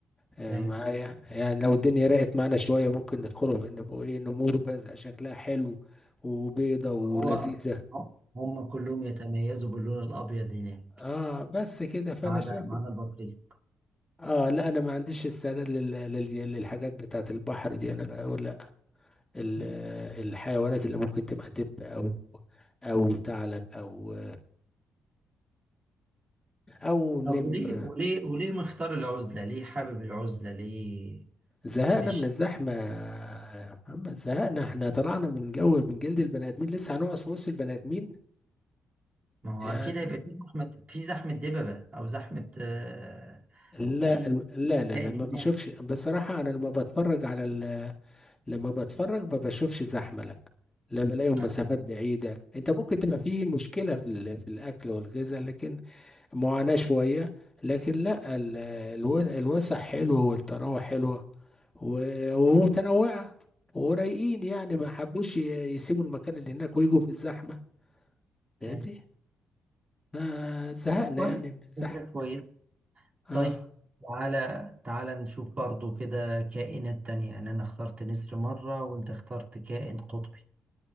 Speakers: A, on the left; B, on the right.
A: آه،
B: ايوه
A: معايا يعني لو الدنيا رقت معانا شوية ممكن ندخله بقى نبقوا ايه نمور بس شكلها حلو وبيضة ولذيذة
B: هو هو- هم كلهم يتميزوا باللون الابيض هناك
A: اه بس كده فانا
B: ما عدا
A: شايف
B: ما
A: إن-
B: عدا البطريق
A: اه لا انا ما عنديش استعداد لل- لل- للحاجات بتاعت البحر دي انا بقول ال-
B: مم.
A: الحيوانات اللي ممكن تبقى دب او او ثعلب او او
B: طب
A: نمر
B: وليه وليه وليه مختار العزلة؟ ليه حابب العزلة؟ ليه
A: زهقنا
B: مش
A: من الزحمه يا محمد زهقنا احنا طلعنا من جو من جلد البني ادمين لسه هنقعد في وسط البني ادمين
B: ما هو
A: يعني
B: أكيد هيبقى في زحمة في زحمة دببة أو زحمة آه،
A: لا
B: أي
A: الم- لا لا
B: تاني
A: لا ما
B: هناك
A: بشوفش بصراحه انا لما بتفرج على ال... لما بتفرج ما بشوفش زحمه لا لا بلاقيهم
B: آه.
A: مسافات بعيده انت ممكن تبقى في مشكله في ال... في الاكل والغذاء لكن معاناة شوية لكن لا ال- الو- الوسع حلوة والطراوة حلوة و- ومتنوعة ورايقين يعني ما حبوش ي- يسيبوا المكان اللي هناك ويجوا في الزحمة فاهمني
B: أيوة.
A: فزهقنا
B: كويس
A: يعني من الزحمة
B: فكرة كويس
A: اه
B: طيب تعالى تعالى نشوف برضو كده كائنات تانية يعني أنا اخترت نسر مرة وأنت اخترت كائن قطبي